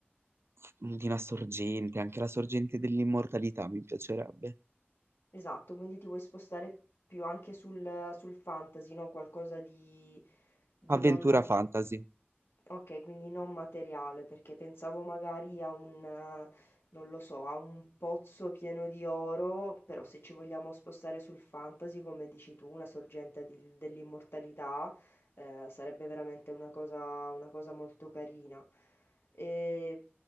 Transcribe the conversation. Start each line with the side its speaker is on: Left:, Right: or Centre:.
Right: di una sorgente, anche la sorgente dell'immortalità mi piacerebbe.
Left: Esatto, quindi ti vuoi spostare più anche sul, sul fantasy, no? Qualcosa di, di
Right: Avventura
Left: non, ma-
Right: fantasy.
Left: Okay, quindi non materiale, perché pensavo magari a un eh, non lo so, a un pozzo pieno di oro, però se ci vogliamo spostare sul fantasy, come dici tu, una sorgente di- dell'immortalità, eh, sarebbe veramente una cosa, una cosa molto carina. E